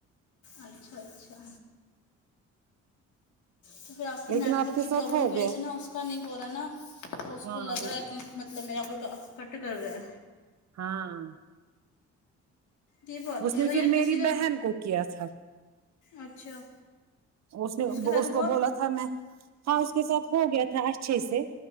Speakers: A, on the left (about 75°); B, on the right (about 60°).
A: اچھا اچھا تو پھر آپ کے نیٹ
B: لیکن آپ
A: ورک
B: کے
A: کی
B: ساتھ
A: پرابلم
B: ہو
A: کی وجہ
B: گیا
A: سے نا اس کا نہیں ہو رہا ہے نا تو اس
B: ہاں
A: کو لگ
B: وہ
A: رہا ہے کہ مطلب میرا کوئی کا کٹ کر رہا ہے
B: ہاں
A: یہ بات
B: اس
A: ہے
B: نے
A: گا یا
B: پھر
A: کسی
B: میری
A: کا
B: بہن کو کیا تھا
A: اچھا
B: اس نے
A: کے ساتھ
B: اس
A: ہوا
B: کو بولا تھا میں ہاں اس کے ساتھ ہو گیا تھا اچھے سے